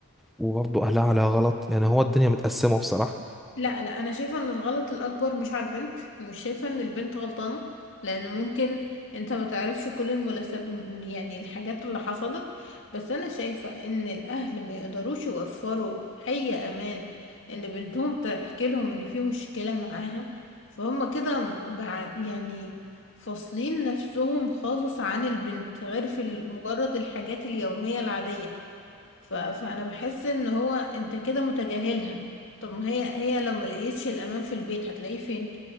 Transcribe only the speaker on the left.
لا لا انا شايفه ان الغلط الاكبر مش على البنت ومش شايفه ان البنت غلطانه لان ممكن انت ما تعرفش كل المناسب يعني الحاجات اللي حصلت بس انا شايفه ان الاهل ما يقدروش يوفروا اي امان ان بنتهم تحكي لهم ان في مشكله معاها فهم كده بع- يعني فاصلين نفسهم خالص عن البنت غير في ال- مجرد الحاجات اليوميه العاديه ف... فانا بحس ان هو انت كده متجاهلها طب ما هي هي لو ما لقيتش الامان في البيت هتلاقيه فين